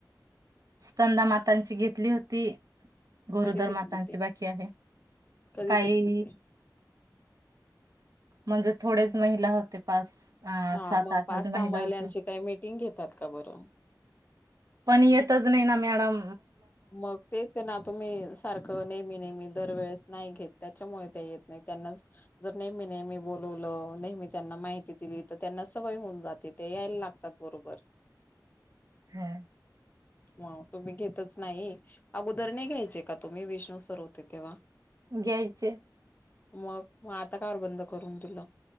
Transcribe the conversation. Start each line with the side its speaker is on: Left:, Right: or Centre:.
Right: स्कंनदा मातांची घेतली होती. गोरोदर
Left: कधी घेतली
Right: मातांची
Left: होती
Right: बाकी आहे,,
Left: कधी
Right: काहीही
Left: घेतली होती
Right: म्हणजे थोडेच महिला होते पास, अ
Left: हा
Right: सात,
Left: मग
Right: आठ
Left: पाच
Right: हज
Left: सहा
Right: महिला
Left: महिलांची
Right: होत्या.
Left: काही मीटिंग घेतात का बरं
Right: पण येतच नाही नामॅडम.
Left: मग तेच ना तुम्ही सारखं नेहमी, नेहमी दरवेळेस नाही घेत, त्याच्यामुळे त्या येत नाहीत. त्यांना जर नेहमी, नेहमी बोलवलं नेहमी त्यांना माहिती दिली तर त्यांना सवय होऊन जाते ते यायला लागतात बरोबर.
Right: हा.
Left: म तुम्ही घेतच नाही,, अगोदर नाही घ्यायचे का तुम्ही विष्णू सर होते तेव्हा?
Right: घ्यायचे
Left: मग,, मग आता का बर बंद करून दिलं?